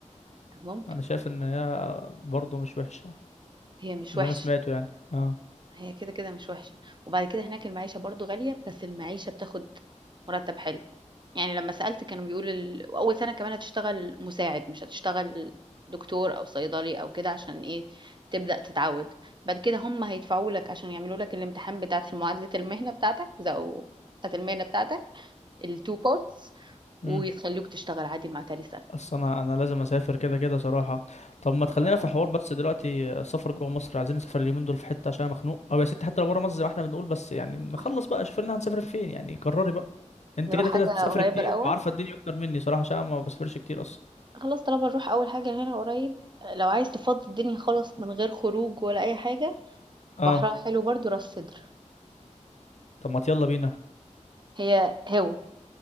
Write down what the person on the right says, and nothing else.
ممكن
هي مش
وحشة
هي كده كده مش وحشة وبعد كده هناك المعيشة برضو غالية بس المعيشة بتاخد مرتب حلو يعني لما سألت كانوا بيقولوا ال... أول سنة كمان هتشتغل مساعد مش هتشتغل دكتور أو صيدلي أو كده عشان إيه تبدأ تتعود بعد كده هم هيدفعوا لك عشان يعملوا لك الامتحان بتاعة معادلة المهنة بتاعتك أو بتاعة المهنة بتاعتك التو بارتس ويخلوك
تشتغل عادي مع تاني سنة
والله
وأنا
كمان
آه.
نروح
حاجة
قريبة
الأول
خلاص طالما نروح اول حاجه هنا قريب لو عايز تفضي الدنيا خالص من غير خروج ولا اي حاجه
بحرها حلو برضو راس سدر
هي هو